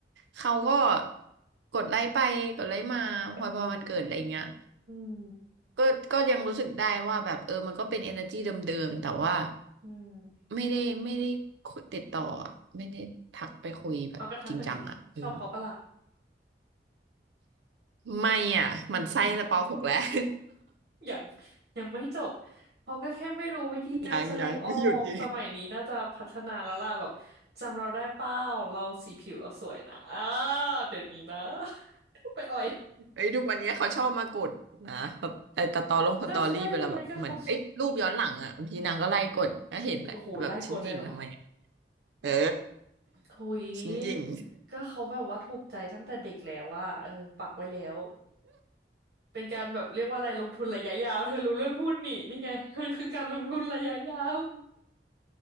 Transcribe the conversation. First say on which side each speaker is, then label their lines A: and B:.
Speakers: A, on the right; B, on the right.
A: เขาก็กดไลค์ไปกดไลค์มาพอพอวันเกิดอะไรอย่างเงี้ย
B: อืม
A: ก็ก็ยังรู้สึกได้ว่าแบบเออมันก็เป็น energy เดิมๆแต่ว่า
B: อืม
A: ไม่ได้ไม่ได้คุยติดต่ออะไม่ได้ทักไปคุยแบบจริงจังอ่ะเออ
B: เอากระทักไปสิชอบเขาปะล่ะ
A: ไม่อ่ะหมันไส้แต่ปหกแล้ว
B: อืม อยังยังไม่จบเขาก็แค่ไม่รู้วิธีการแสดงออกสมัยนี้น่าจะพัฒนาแล้วล่ะแบบจำเราได้เป้าเราสีผิวเราสวยนะอ้า
A: <laughs> ยังยังไม่หยุดอีก
B: เดี๋ยวนี้นะ <laughs> ไปอ่อย
A: เอ้ยทุกวันนี้เขาชอบมากดนะแบบไอ้ตตอลงสตอรี่เวลาแบบเหมือนเอ้ยรูปย้อนหลังอ่ะบางทีนางก็ไล่กดก็เห็นแหละแต่แบบฉันหยิ่งทำไมอะ
B: ก็ใช่ไงก็เขาอืมโอ้โหไล่กดเลยเหรอ
A: เออ
B: หุย
A: <laughs> ฉันหยิ่ง
B: ก็เขาแบบว่าถูกใจตั้งแต่เด็กแล้วว่าเออปักไว้แล้วเป็นการแบบเรียกว่าอะไรลงทุนระยะยาวเธอรู้เรื่องหุ้นนี่นี่ไง <laughs> มันคือการลงทุนระยะยาว